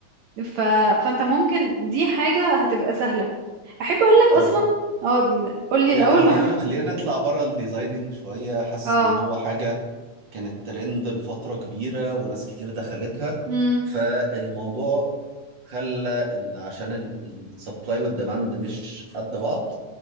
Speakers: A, on the right (about 70°); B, on the right (about 40°).
A: ف... فانت ممكن دي حاجة هتبقى سهلة احب اقولك
B: طيب
A: اصلا اه قولي
B: يعني
A: الاول
B: خلينا خلينا نطلع بره الديزايننج شوية
A: <laughs>
B: حاسس
A: اه
B: ان هو حاجة كانت ترند لفترة كبيرة وناس كتير دخلتها
A: امم
B: فالموضوع خلى ان عشان السبلاي والديماند مش قد بعض